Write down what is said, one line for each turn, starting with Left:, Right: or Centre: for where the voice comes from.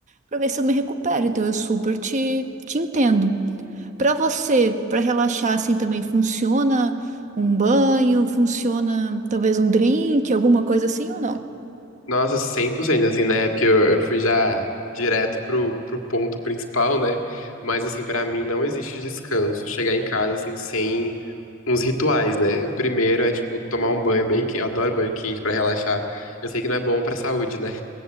Right: para ver se eu me recupero. Então eu super te, te entendo. Para você, para relaxar assim também funciona um banho, funciona talvez um drink, alguma coisa assim ou não?
Left: Nossa, cem por cento assim, né? Porque eu, eu fui já direto pro, pro ponto principal, né? Mas, assim, pra mim não existe descanso chegar em casa, assim, sem uns rituais, né? O primeiro é, tipo, tomar um banho bem quente. Eu adoro banho quente pra relaxar. Eu sei que não é bom pra saúde, né?